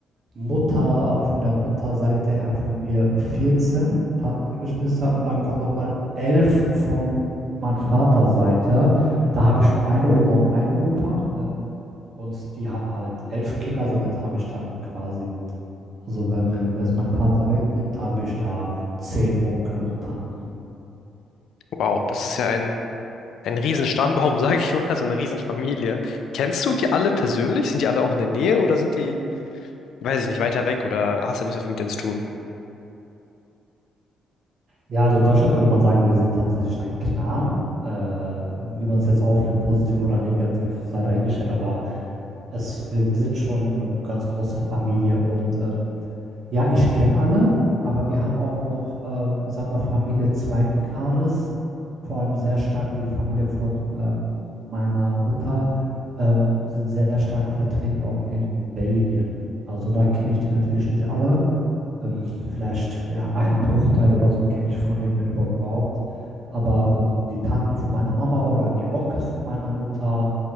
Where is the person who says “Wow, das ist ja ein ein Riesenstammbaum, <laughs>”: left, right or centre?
Left